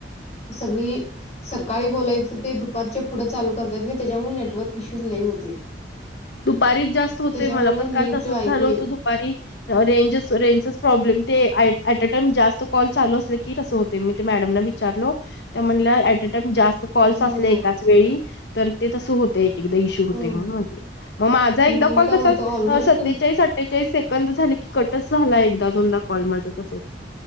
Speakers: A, on the left; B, on the left.
A: सगळी सकाळी बोलायचं ते दुपारच्या पुढं चालू करतात नाही त्याच्यामुळे नेटवर्क इश्यूज लई होते.
B: दुपारी जास्त होतय
A: त्याच्यामुळे
B: मला पण
A: नीट
B: काल तसंच
A: ऐकू
B: झालं
A: येत
B: होत दु पारी रेंज रेंज प्रॉब्लेम अ टाईम जास्त कॉल चालू असल की होत. ते मी ते मॅडम विचारलो त्या म्हणल्या अट्या टाईम जास्त कॉल्स
A: हो,
B: असलं
A: हो.
B: एका च वेळी तर ते तसं होतं एक एकदा इशू होते
A: हं.
B: म्हणून म्हंटल्या. मग माझा एकदा
A: मी
B: कॉल
A: काय
B: तसा
A: म्हणतो ऑलमोस्ट
B: सत्तेचाळीस
A: तुम
B: अठ्ठेचाळीस से कंद झाली की कटच झाला एकदा दोनदा कॉल माझ तसंच.